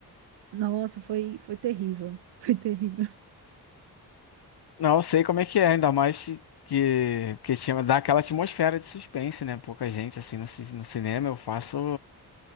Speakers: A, on the right; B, on the left.
A: Nossa, foi, foi terrível. <laughs> Foi terrível.
B: Não, eu sei como é que é, ainda mais que que tinha dá aquela atmosfera de suspense, né? Pouca gente assim no, ci- no cinema, eu faço